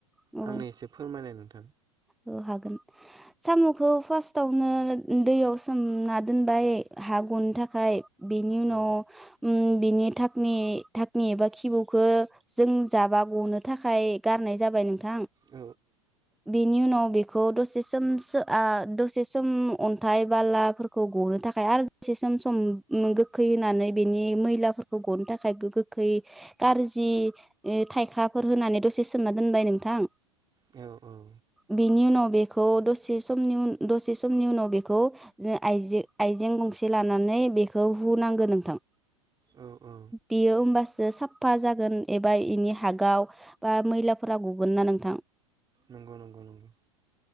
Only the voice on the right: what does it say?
आंनो एसे फोरमायनाय नों
औ
औ
औ औ
औ औ
नंगौ नंगौ नंगौ